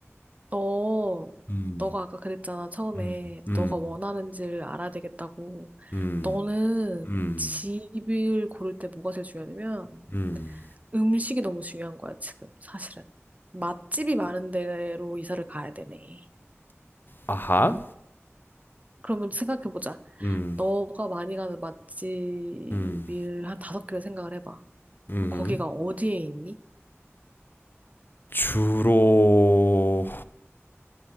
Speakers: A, on the right; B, on the left.
A: 너
B: 음,
A: 너가 아까 그랬잖아 처음에
B: 음, 음,
A: 너가 원하는지를 알아야 되겠다고.
B: 음,
A: 너는
B: 음,
A: 집을 고를 때 뭐가 제일 중요하냐면
B: 음.
A: 음식이 너무 중요한 거야, 지금, 사실은. 맛집이 많은 데로 이사를 가야 되네.
B: 아하.
A: 그러면 생각해보자.
B: 음,
A: 너가 많이 가는 맛집을
B: 음,
A: 한 다섯 개를 생각을 해봐.
B: 음.
A: 그럼 거기가 어디에 있니?
B: 주로